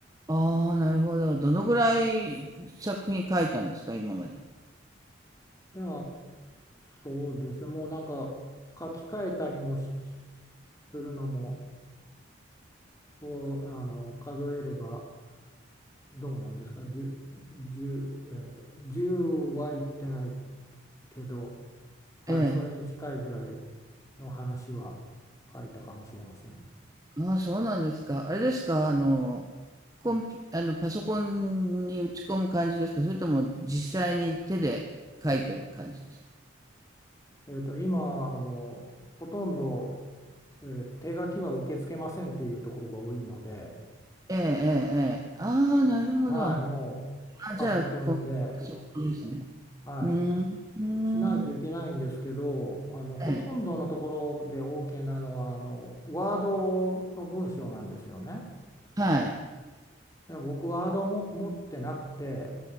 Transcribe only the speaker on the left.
いや、そうですね。もうなんか書き換えたりもしするのも、こう、あの、数えればどうなんですか。十十えー10はいってないけど、はい、
それに近いぐらいの話は書いたかもしれません。
えっと、今、あの、ほとんど、えー手書きは受け付けませんっていうところが多いので、
はい、もうパソコンで、
は
い。しないといけないんですけど、あのほとんどのところで
OK なのはあのワードの文章なんですよね。
でも僕ワードも持ってなくて、